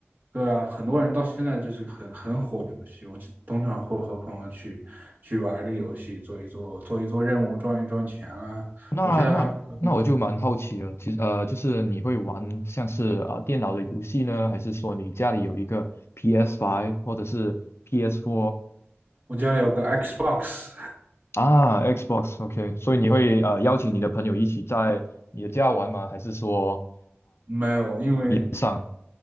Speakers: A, on the right; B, on the left.
A: 对啊，很多人到现在就是个很很火的游戏，我通常会和朋友去去玩这个游戏，做一做做一做任务，赚一赚钱啊，
B: 那那那我就蛮好奇了，
A: 我觉得还蛮有意思的。
B: 其实呃，就是你会玩像是啊、呃电脑的游戏呢，还是说你家里有一个 PS5 或者是 PS4
A: 我家里有个 Xbox，
B: 啊 Xbox？OK，所以你会呃邀请你的朋友一起在你的家玩吗？还是说？
A: <laughs> 没有，因为
B: 上？